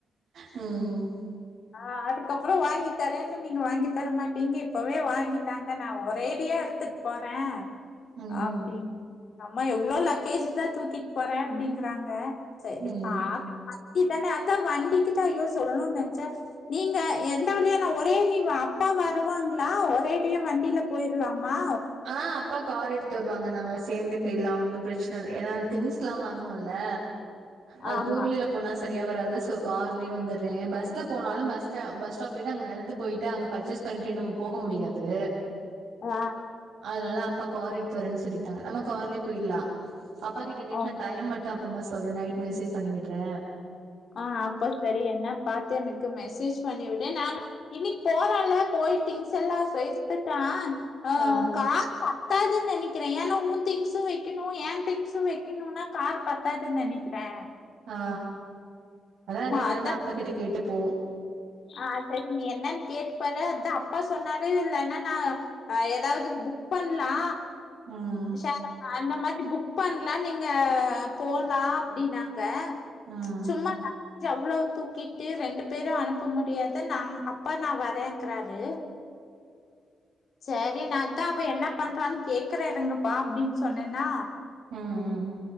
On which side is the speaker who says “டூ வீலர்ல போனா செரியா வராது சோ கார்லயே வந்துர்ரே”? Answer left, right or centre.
Right